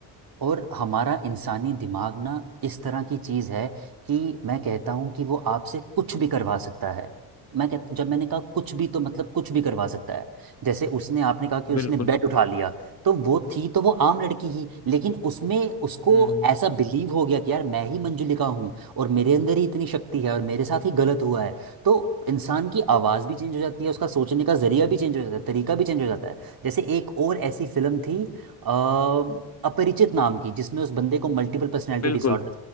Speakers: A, on the right; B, on the left.
A: और हमारा इंसानी दिमाग ना इस तरह की चीज़ है कि मैं कहता हूँ कि वो आपसे कुछ भी करवा सकता है मैं कह जब मैंने कहा कुछ भी तो मतलब कुछ भी करवा सकता है जैसे उसने आपने कहा कि उसने
B: बिल्कुल
A: बेड उठा लिया तो वो थी तो वो आम लड़की ही लेकिन उसमें उसको
B: हम्म
A: ऐसा बिलीव हो गया कि यार मैं ही मंजुलिका हूँ और मेरे अंदर ही इतनी शक्ति है और मेरे साथ ही गलत हुआ है तो इंसान की आवाज़ भी चेंज हो जाती है उसका सोचने का जरिया भी चेंज हो जाता है तरीका भी चेंज हो जाता है जैसे एक और ऐसी फिल्म थी अ, अपरिचित नाम की जिसमें उस बंदे को मल्टीपल पर्सनैलिटी
B: बिल्कुल
A: डिसऑर्डर